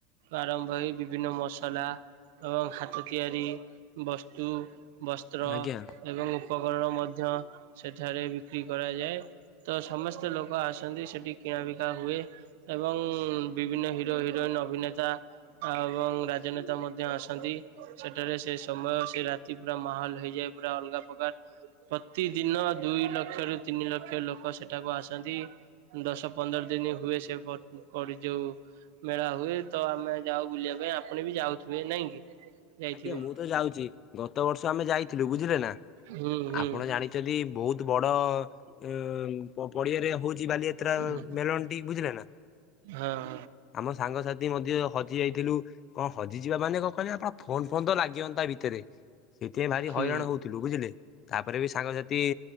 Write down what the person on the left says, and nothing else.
ଆଜ୍ଞା
ଆଜ୍ଞା ମୁଁ ତ ଯାଉଛି ଗତ ବର୍ଷ ଆମେ ଯାଇଥିଲୁ ବୁଝିଲେ ନା।
ଆପଣ ଜାଣିଛନ୍ତି ବହୁତ ବଡ ଅ ପଡିଆରେ ହଉଛି ବାଲିଯାତ୍ରା।
ମେଲନ୍ ଟି ବୁଝିଲେ ନା।
ଆମ ସାଙ୍ଗସାଥି ମଧ୍ୟ ହଜି ଯାଇଥିଲୁ କଣ ହଜିଯିବା ମାନେ କଣ କରିବା ଫୋନ ଫୋନ ତ ଲାଗିବନି ତା ଭିତରେ। ସେଥିପାଇଁ ଭାରି
ହଇରାଣ ହଉଥିଲୁ ବୁଝିଲେ ତାପରେ ବି ସାଙ୍ଗସାଥି